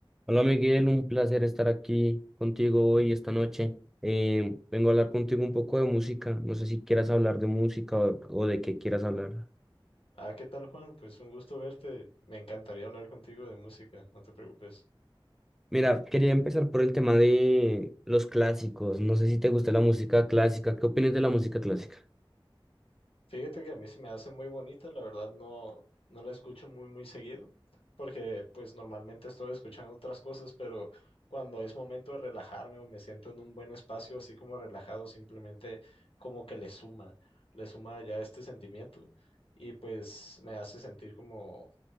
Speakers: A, in the centre; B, on the left.
A: Hola Miguel, un placer estar aquí contigo hoy, esta noche. Eh, vengo a hablar contigo un poco de música. No sé si quieras hablar de música o, o de qué quieras hablar.
B: Ah, ¿qué tal, Juan? Pues un gusto verte. Me encantaría hablar contigo de música, no te preocupes.
A: Mira, quería empezar por el tema de los clásicos. No sé si te gusta la música clásica. ¿Qué opinas de la música clásica?
B: Fíjate que a mí se me hace muy bonita, la verdad no, no la escucho muy, muy seguido, porque pues normalmente estoy escuchando otras cosas, pero cuando es momento de relajarme o me siento en un buen espacio, así como relajado, simplemente como que le suma, le suma ya este sentimiento y pues me hace sentir como